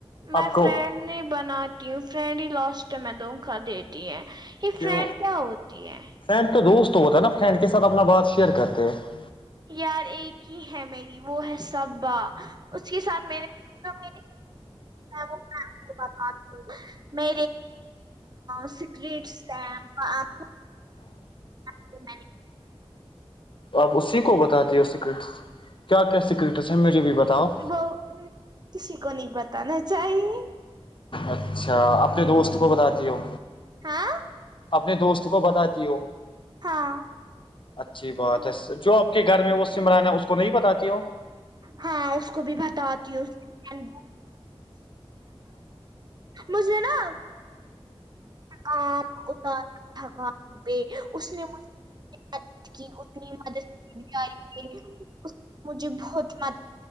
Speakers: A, on the right; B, on the left.
A: میں
B: آپ کو
A: فرنڈ نہیں بناتی ہوں فرینڈلی لاسٹ میں دون کا دیتی ہیں یہ
B: کیوں
A: فرینڈ کیا ہوتی ہے
B: فرینڈ تو دوست ہوتا ہے نا فرینڈ کے ساتھ اپنا بات شیئر کرتے ہیں
A: یار ایک ہی ہے میری وہ ہے سبا اس کے ساتھ م م بوں مے اسٹس ہیں آپ کو ب
B: آپ اسی کو بتاتی ہو سیکرٹس کیا کیا سیکرٹس ہیں مجھے بھی بتاؤ
A: وہ کسی کو نہیں بتانا چاہیے
B: اچھا اپنے دوست کو بتاتی ہو
A: ہاں
B: اپنے دوست کو بتاتی ہو
A: ہاں
B: اچھی بات ہے جو آپ کے گھر میں وہ سمرانا اس کو نہیں بتاتی ہو
A: ہاں اس کو بھی بتاتی ہے ال مجھے نا تھکام اتارا تھکام پہ اس نے مجھ کی اتنی مدد ج رہی ہے مجھے بہت م